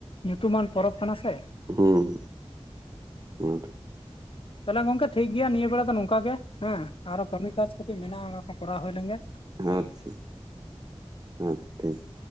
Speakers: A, on the left; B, on the right.
A: ᱧᱩᱛᱩᱢᱟᱱ ᱯᱚᱨᱚᱵᱽ ᱠᱟᱱᱟ ᱥᱮ
B: ᱦᱩᱸ ᱚᱱᱟ ᱛᱮ
A: ᱛᱟᱦᱚᱞᱮ ᱜᱚᱝᱠᱮ ᱴᱷᱤᱠ ᱜᱮᱭᱟ ᱱᱤᱭᱟᱹ ᱵᱮᱲᱟ ᱫᱚ ᱱᱚᱝᱠᱚ ᱜᱮ ᱦᱮᱸ ᱟᱨᱚ ᱠᱟᱹᱢᱤ ᱠᱟᱡ ᱠᱟᱹᱴᱤᱡ ᱢᱮᱱᱟᱜᱼᱟ ᱚᱱᱟ ᱠᱚ ᱠᱚᱨᱟᱣ ᱦᱩᱭ ᱞᱮᱱᱜᱮ
B: ᱟᱪᱪᱷᱟ ᱟᱪᱪᱷᱟ ᱴᱷᱤᱠ